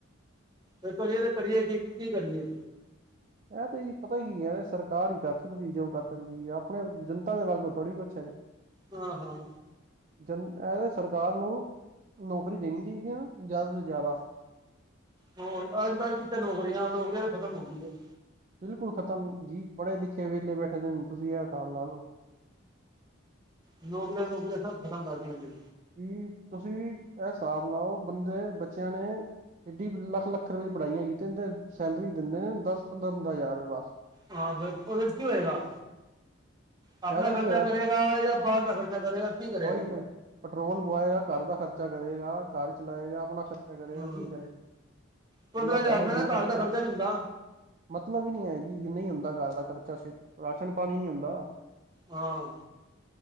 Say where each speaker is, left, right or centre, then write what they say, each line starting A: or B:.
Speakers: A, on the right (about 20°); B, on the right (about 35°).
A: ਫੇਰ ਕਰੀਏ ਤੇ ਕਰੀਏ ਕੀ, ਕੀ ਕਰੀਏ?
B: ਏਹ ਤੇ ਜੀ ਪਤਾ ਏ ਕੀ ਹੈ ਏਹ ਸਰਕਾਰ ਈ ਕਰ ਸਕਦੀ ਜੋ ਕਰ ਸਕਦੀ ਹੈ। ਆਪਣੇ ਜਨਤਾ ਦੇ ਵੱਲ ਤੋਂ ਥੋੜ੍ਹੀ ਕੁਛ ਹੈਗਾ।
A: ਹਾਂ-ਹਾਂ।
B: ਜਨ ਏਹ ਦੇ ਸਰਕਾਰ ਨੂੰ ਨੌਕਰੀ ਦੇਣੀ ਚਾਈਦੀਆਂ ਜਾਦਾ ਤੋਂ ਜਾਦਾ।
A: ਹੋਰ ਅੱਜ ਕੱਲ੍ਹ ਕਿਤੇ ਨੌਕਰੀਆਂ, ਨੌਕਰੀਆਂ ਤੇ ਖ਼ਤਮ ਹੋ ਗਈ ਏ।
B: ਬਿਲਕੁਲ ਖਤਮ ਜੀ ਪੜ੍ਹੇ ਲਿਖੇ ਵੇਲੇ ਬੈਠੇ ਦੇ ਨੇ, ਤੁਸੀਂ ਏਹ ਹਿਸਾਬ ਲਾ ਲਓ।
A: ਨੌਕਰੀਆਂ-ਨੌਕਰੀਆਂ ਸਭ ਖ਼ਤਮ ਕਰਦੀਆਂ ਜੇ।
B: ਹਮ। ਤੁਸੀਂ ਵੀ ਏਹ ਸਾਬ ਲਾਓ ਬੰਦੇ ਬੱਚੇਆਂ ਨੇ ਏਡੀ ਲਾਖ-ਲਾਖ ਰੁਪਏ ਦੀ ਪੜ੍ਹਾਈਆਂ ਕੀਤੀਆਂ। ਤਿੰਨ-ਤਿੰਨ ਸੈਲਰੀ ਦਿੰਦੇ ਨੇ ਦਾਸ ਪੰਦਰਾਂ-ਪੰਦਰਾਂ ਹਜ਼ਾਰ ਰੁਪਏ ਬਾਸ।
A: ਹਾਂ ਫੇਰ ਓਹਦੇ ਚ ਕੀ ਹੋਏਗਾ? ਆਪਣਾ
B: ਫਾਇਦਾ
A: ਖਰਚਾ
B: ਕੀ
A: ਕਰੇ ਦਾ ਯਾ ਬਾਹਰ ਦਾ ਖਰਚਾ ਕਰੇਗਾ। ਕੀ ਕਰੇਗਾ
B: ਓਈ ਤੇ ਪੈਟਰੋਲ ਪਵਾਏਗਾ, ਕਾਰ ਦਾ ਖਰਚਾ ਕਰੇਗਾ, ਕਾਰ ਚਲਾਏਗਾ, ਅਪਣਾ ਖਰਚ <unintelligible> ਯਾਰ
A: ਹੂੰ
B: ਕੀ ਕਰੇ?
A: ਪੰਦਰਾਂ
B: ਬੰਦਾ
A: ਹਜ਼ਾਰ
B: ਪੈਹੇ
A: ਰੁਪਏ
B: ਜੋੜੇਗਾ
A: ਨਾਲ ਘਰ ਦਾ ਖਰਚਾ ਨੀ ਹੁੰਦਾ
B: ਮਤਲਬ ਈ ਨੀ ਹੈ ਜੀ ਨਹੀਂ ਹੁੰਦਾ ਕਾਰ ਦਾ ਖਰਚਾ <unintelligible> ਰਾਸ਼ਨ ਪਾਣੀ ਨੀ ਹੁੰਦਾ।
A: ਹਾਂ।